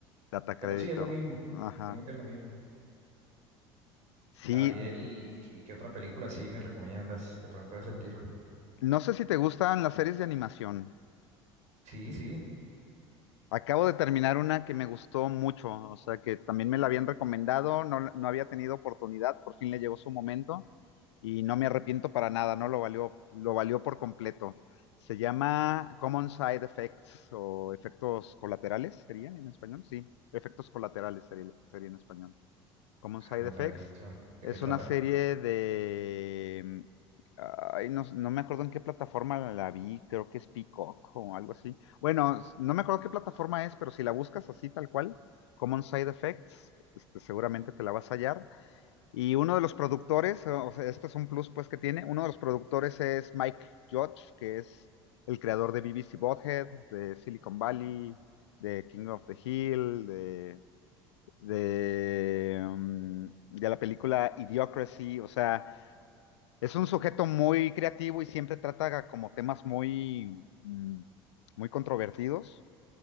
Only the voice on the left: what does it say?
Data
crédito.
Ajá.
Sí,
no sé si te gustan las series de animación.
Acabo de terminar una que me gustó mucho, o sea, que también me la habían recomendado, no, no había tenido oportunidad, por fin le llegó su momento y no me arrepiento para nada, no lo valió, lo valió por completo. Se llama Common Side Effects o efectos colaterales, ¿sería en español? Sí, efectos colaterales sería sería en español. Common
Side
Effects.
Es
una serie de... mm, Ay, no, no me acuerdo en qué plataforma la, la vi, creo que es Peacock o algo así. Bueno, s- no me acuerdo qué plataforma es, pero si la buscas así tal cual, Common Side Effects, este, seguramente te la vas a hallar. Y uno de los productores, o o sea, este es un plus pues que tiene, uno de los productores es Mike Judge, que es el creador de BBC Bothead, de Silicon Valley, de King of the Hill, de de, um, de la película Idiocracy, o sea, es un sujeto muy creativo y siempre trata como temas muy, mm, muy controvertidos.